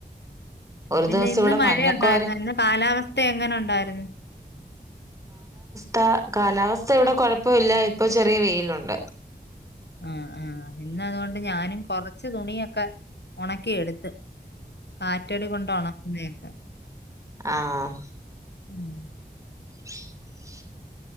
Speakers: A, on the right; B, on the left.
A: ഒരു
B: പിന്നെ
A: ദിവസം
B: ഇന്ന്
A: ഇവിടെ
B: മഴയുണ്ടായിരുന്നു
A: മഞ്ഞക്കോര
B: ഇന്ന് കാലാവസ്ഥ എങ്ങനെ ഉണ്ടായിരുന്നു
A: ക കാലാവസ്ഥ ഇവിടെ കുഴപ്പമില്ല ഇപ്പൊ ചെറിയ വെയിലുണ്ട്
B: ആ ആഹ ഇന്ന് അതുകൊണ്ട് ഞാനും കൊറച്ച് തുണിയൊക്കെ ഉണക്കിയ എടുത്ത് കാറ്റടി കൊണ്ടോണഗിക്കെ
A: ആഹ
B: ഉം
A: <unintelligible>